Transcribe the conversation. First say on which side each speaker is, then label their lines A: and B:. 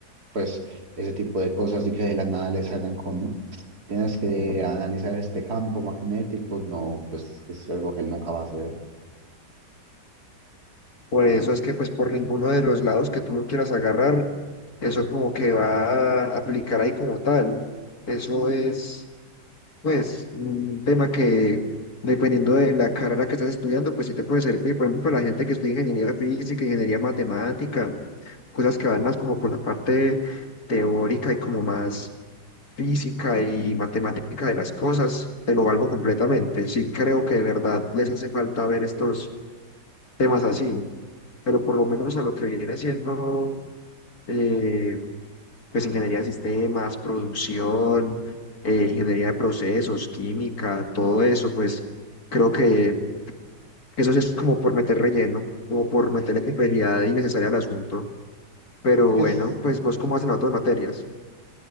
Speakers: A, on the right; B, on the left.
A: pues ese tipo de cosas y que de la nada les hagan con, tienes que analizar este campo magnético, no, pues que es algo que él nunca va a hacer.
B: por eso es que, pues, por ninguno de los lados que tú lo quieras agarrar, eso como que va a aplicar ahí como tal, eso es Pues un tema que dependiendo de la carrera que estés estudiando, pues sí te puede servir, por ejemplo, para la gente que estudia ingeniería física, ingeniería matemática, cosas que van más como por la parte teórica y como más física y matemática de las cosas, te lo valgo completamente. Sí creo que de verdad les hace falta ver estos temas así, pero por lo menos a lo que viene siendo... eh, pues ingeniería de sistemas, producción, eh, ingeniería de procesos, química, todo eso, pues creo que eso sí es como por meter relleno, como por meterle complejidad innecesaria al asunto. Pero
A: Es que
B: bueno,
A: es-
B: pues vos cómo hacen otras materias.